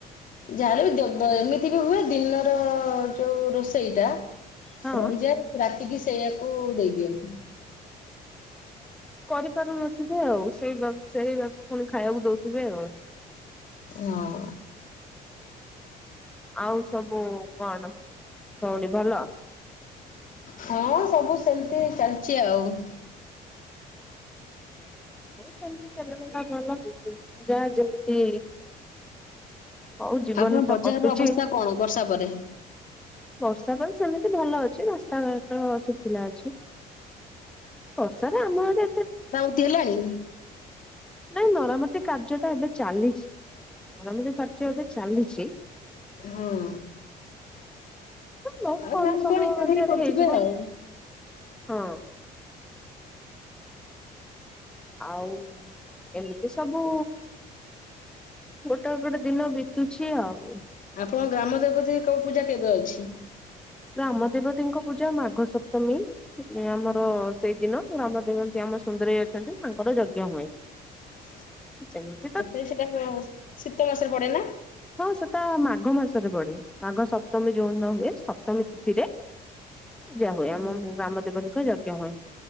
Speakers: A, on the left (about 50°); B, in the centre.
A: ଯାହାର ବି ଦେବ ଏମିତି ବି ହୁଏ ଦିନର ଯୋଉ ରୋଷେଇ ଟା
B: ହଁ
A: ରଣଜା ରାତିକି ସେଇଆାକୁ ଦେଇଦିଅନ୍ତିୁ।
B: କରିପାରୁନଥିବେ ଆଉ ସେଇ ସେଇ ବାକୁ ପୁଣି ଖାଇବାକୁ ଦଉଥିବେ ଆଉ।
A: ହଁ।
B: ଆଉ ସବୁ କଣ କଉଣ ଭଲ।
A: ହଁ ସବୁ ସେମିତି ଚାଲିଛି ଆଉ।
B: ହଉ ସେମିତି ଚାଲିବଟା ଭଲ ଯାହା ଯେମିତି ହଉ ଜୀବନ
A: ଆପଣ ବଜାରର
B: ତ କଟୁଛି।
A: ଅବସ୍ଥା କଣ ବର୍ଷା ପରେ?
B: ବର୍ଷା କଳ ସେମିତି ଭଲ ଅଛି ରାସ୍ତାଘାଟ ଶୁଖିଲା ଅଛି। ପର୍ଷଦ ଆମ ଏତେ
A: ତି ହେଲାଣି।
B: ନାଇଁ ମରାମତି କାର୍ଯ୍ୟ ଟା ଏବେ ଚାଲିଛି। ମରମତି ଖର୍ଚ ଏବେ ଚାଲିଚି।
A: ହଁ।
B: ବହୁତ
A: ଆଉ
B: କମ
A: ଗାଁ ଲୋକ
B: ସମୟ
A: କଣ ଏକାଠି
B: ମଧ୍ୟରେ
A: ହେଇ କରୁଥିବେ
B: ହେଇଯିବ
A: ଆଉ।
B: ହଁ। ଆଉ ଏମିତି ସବୁ। ଗୋଟେ ଗୋଟେ ଦିନ ବିତୁଛି ଆଉ।
A: ଆପଣଙ୍କ ଗ୍ରାମ ଦେବତି କଉ ପୂଜା କେବେ ଅଛି?
B: ଗ୍ରାମ ଦେବତୀଙ୍କ ପୂଜା ମାଘ ସପ୍ତମୀ। ଆମର ସେଇଦିନ ରାମ ଦେବନ୍ତି ଆମ ସୁନ୍ଦରେଇ ଅଛନ୍ତି ତାଙ୍କର ଯଜ୍ଞ ହୁଏ।
A: <inaudible>
B: <unintelligible>
A: ତଥାପି ସେଟା <unintelligible> ଶୀତ ମାସରେ ପଡେ ନା?
B: ହଁ ସେଟା ମାଘ ମାସରେ ବଡେ ମାଘ ସପ୍ତମୀ ଯୋଉନ ହୁଏ ସପ୍ତମୀ ତିରେ ପୂଜା ହୁଏ ଆମ ଗ୍ରାମ ଦେବତୀଙ୍କ ଯଜ୍ଞ ହୁଏ।